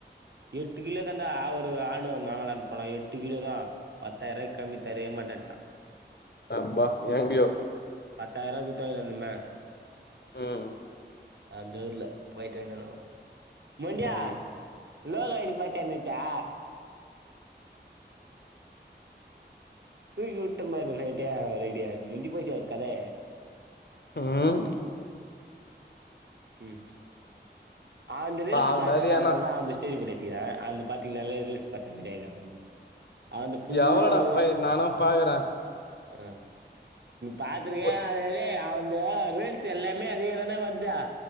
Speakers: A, on the right; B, on the left.
A: எட்டு கிலோ தாண்டா ஒரு ஆடு ஒன்னு வாங்களலான்னு போனோ எட்டு கிலோ தா பத்தாயிர ரூாய்க கம்மி தரவே மாட்டன்ட்டா
B: அம்பா ஏங்யோ
A: பத்தாயிரரூவா குடுத்வாங் தெம
B: ம்
A: அந்தூருல போய்ட்டு வங்கிவருவ மொண்டியா
B: ஆ
A: லோகாடி போயிட்டு வந்துத்தா தூக்கி வுட்டம் பாரு நைட்டா அவ ரெடியா முஞ்சு போச்சு அவர் கதை
B: ம்
A: ம் அவந்த ரீல்ஸ்
B: பாவண்டா
A: பத்தன
B: டேய் அண்ணா
A: அதனால தா அவந்த ஸ்டோரி போட்ச்ச த அந்த பாத்தீங்கன்னால ரீலீஸ் பாத்த மாரி ஆயிடு ஒன் அவ்ந்த ஃபுல்லா
B: எவ்ளோடா
A: ஒரு
B: பை நானு பாக்குற
A: ஆ பாத்திருக்கே
B: போய்
A: அத அவந்த ரீல்ஸ் எல்லாமே அதேத என்னவர்த